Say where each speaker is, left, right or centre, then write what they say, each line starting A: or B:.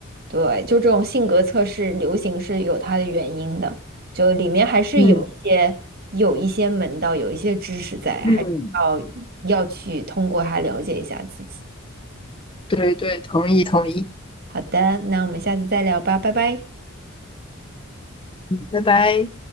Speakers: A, on the right; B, on the left.
A: 对，就这种性格测试流行是有它的原因的，就里面还是有一些有一些门道，
B: 嗯
A: 有一些知识在，
B: 嗯，
A: 还是要要去通过它了解一下自己。
B: 对对，同意同意，
A: 好的，那我们下次再聊吧，拜拜。
B: 拜拜。